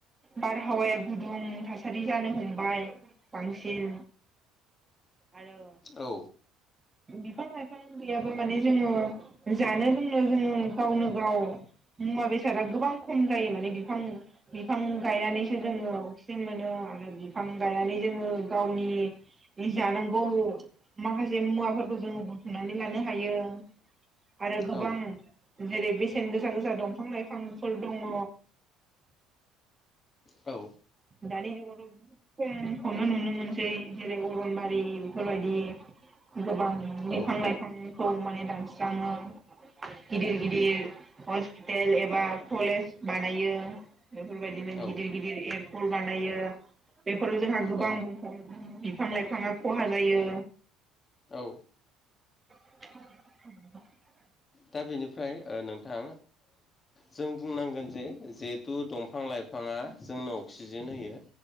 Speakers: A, on the right; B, on the left.
A: बारहावाया गुदुं थासारि जानो हमबाय बांसिन आरो
B: औ
A: बिफां लाइफां गैयाबो माने जोङो जानो लोंनो जोङो गावनो गाव मुवा बेसादा गोबां खम जायो माने बिफां बिफां गायनानैसो जोङो अकिजेन मोनो। आरो बिफां गायनानै जोङो गावनि जानांगौ माखासे मुवाफोरखौ जोङो बुथुमनानै लानो हायो। आरो गोबां
B: औ
A: जेरै बेसेन गोसा गोसा दंफां लाइफांफोर दङ।
B: औ
A: दानि जुगावथ' खमखौनो नुनो मोनसै। जेरै अरनबारि बेफोर बायदि गोबां बिफां
B: औ
A: लाइफांखौ माने दानस्रांनाय दानस्राङो। गिदिर गिदिर हस्पिटेल एबा कलेज बानायो बेफोर बायदिनो।
B: औ
A: गिदिर गिदिर बानायो बेफोराव जोंहा गोबां
B: औ
A: बिफां लाइफाङा खहा जायो।
B: औ।
A: औ।
B: दा बेनिफ्राय नोंथां जों बुंनांगोन जे जिहेथु दंफां लाइफाङा जोंनो अक्सिजेन होयो।